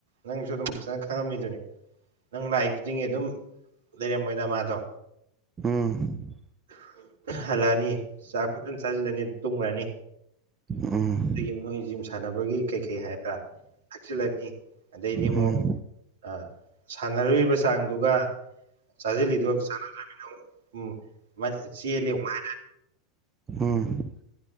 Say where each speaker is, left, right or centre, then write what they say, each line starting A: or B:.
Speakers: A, on the right (about 60°); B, on the right (about 20°).
A: ꯅꯪꯁꯨ ꯑꯗꯨꯝ ꯐꯖꯅ ꯈꯪꯉꯝꯃꯤꯗꯨꯅꯤ ꯅꯪ ꯂꯥꯛꯏ ꯈꯨꯗꯤꯡꯒꯤ ꯑꯗꯨꯝ ꯂꯩꯔꯝꯃꯣꯏꯗ ꯃꯗꯣ
B: ꯎꯝ
A: ꯍꯜꯂꯛꯑꯅꯤ ꯆꯥꯛ ꯐꯖꯅ ꯆꯥꯖꯤꯜꯂꯅꯤ ꯑꯗꯨ ꯇꯨꯝꯒ꯭ꯔꯅꯤ
B: ꯎꯝ
A: ꯑꯗꯨꯒꯤ ꯃꯣꯏ ꯖꯤꯝ ꯁꯥꯟꯅꯕꯒꯤ ꯀꯩ ꯀꯩ ꯍꯥꯏꯕ꯭ꯔꯥ ꯊꯛꯆꯤꯜꯂꯅꯤ ꯑꯗꯩꯗꯤ ꯑꯃꯨꯛ
B: ꯎꯝ
A: ꯑ ꯁꯥꯟꯅꯔꯨꯔꯤꯕ ꯆꯥꯡꯗꯨꯒ ꯆꯥꯖꯤꯜꯂꯤꯗꯨꯒ ꯆꯥꯟꯅꯗ꯭ꯔꯃꯤꯅ ꯑꯃꯨꯛ ꯎꯝ ꯃꯥꯗꯤ ꯆꯦꯜꯂꯦ ꯑꯃꯨꯛ ꯍꯥ
B: ꯎꯝ